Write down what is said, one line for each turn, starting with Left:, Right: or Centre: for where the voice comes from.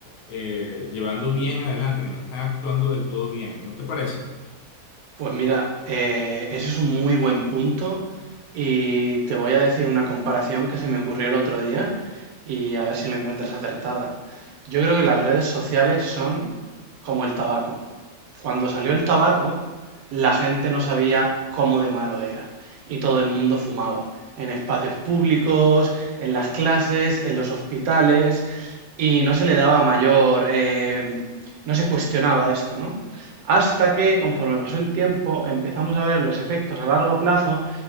Left: eh, llevando bien adelante, que no están actuando del todo bien. ¿No te parece?
Right: Pues mira, eh, ese es un muy buen punto y te voy a decir una comparación que se me ocurrió el otro día y a ver si la encuentras acertada. Yo creo que las redes sociales son como el tabaco. Cuando salió el tabaco, la gente no sabía cómo de malo era y todo el mundo fumaba, en espacios públicos, en las clases, en los hospitales y no se le daba mayor, eh, no se cuestionaba esto, ¿no? Hasta que, conforme pasó el tiempo, empezamos a ver los efectos a largo plazo